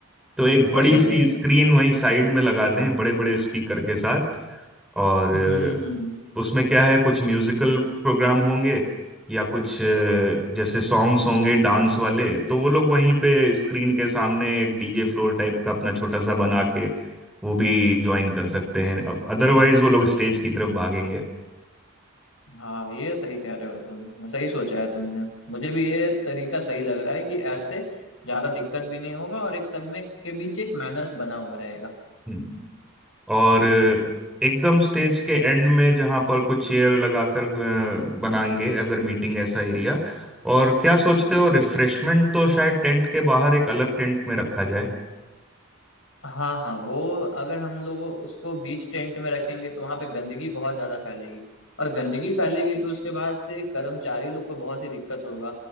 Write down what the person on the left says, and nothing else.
वही
वही
हम्म
हम्म
हाँ ये सही कह रहे हो तुम सही सोचा है तुमने मुझे भी ये तरीका सही लग रहा है कि ऐसे ज्यादा दिक्कत भी नहीं होगा और एक सब में के बीच एक मैनर्स बना हुआ रहेगा
हाँ हाँ वो अगर हम लोग उसको बीच टेंट में रखेंगे तो वहां पे गंदगी बहुत ज्यादा फैलेगी और गंदगी फैलेगी तो उसके बाद से कर्मचारी लोग को बहुत ही दिक्कत होगा